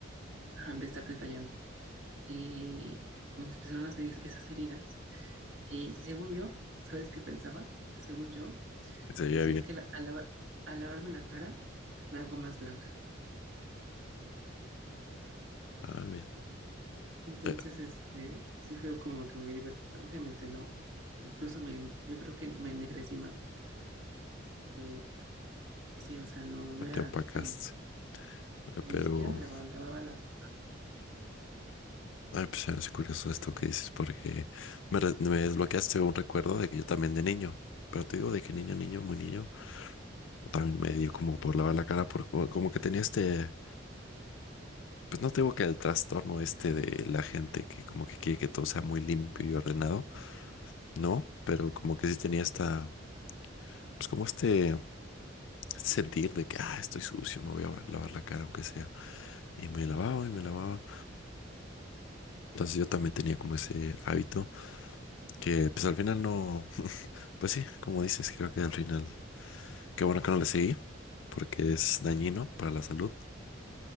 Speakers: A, on the right; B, on the left.
A: ah, de estar detallando. Y mientras personas se dicen esas heridas, y según yo, ¿sabes qué pensaba? Según yo,
B: se veía
A: decía
B: bien.
A: es que la- al, lava- al lavarme la cara me hago más blanca.
B: Ah, mira,
A: Entonces,
B: te,
A: este, sí fue como que muy divertido. Obviamente no, incluso me, yo creo que me ennegrecí más. Eh, pues sí, o sea, no, no era
B: te apacaste,
A: sano.
B: Eh, pero...
A: Ni siquiera me lavaba, lavaba las,
B: Ah, pues se me hace curioso esto que dices, porque me, re- me desbloqueaste un recuerdo de que yo también de niño, pero te digo de que niño, niño, muy niño, también me dio como por lavar la cara, por, como como que tenía este, pues no te digo que el trastorno este de la gente que como que quiere que todo sea muy limpio y ordenado, no, pero como que sí tenía esta, pues como este sentir de que, ah, estoy sucio, me voy a lavar la cara aunque sea, y me lavaba y me lavaba, entonces yo también tenía como ese hábito que pues al final no. Pues sí, como dices, creo que al final, qué bueno que no le seguí, porque es dañino para la salud.